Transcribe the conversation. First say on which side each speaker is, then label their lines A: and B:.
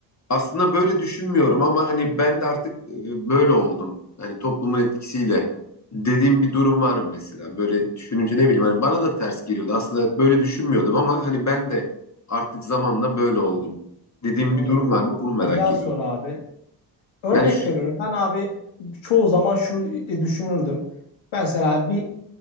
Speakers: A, on the left (about 35°); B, on the left (about 75°).
A: aslında böyle düşünmüyorum ama hani ben de artık e, böyle oldum. Hani toplumun etkisiyle dediğim bir durum var mı mesela? Böyle düşününce ne bileyim hani bana da ters geliyordu. Aslında böyle düşünmüyordum ama hani ben de artık zamanla böyle oldum. Dediğim
B: Hmm,
A: bir durum var mı? Bunu merak
B: güzel
A: ediyorum.
B: soru abi. Örnek
A: Yani şu...
B: veriyorum. Ben abi çoğu zaman şunu e, düşünürdüm. Ben mesela bir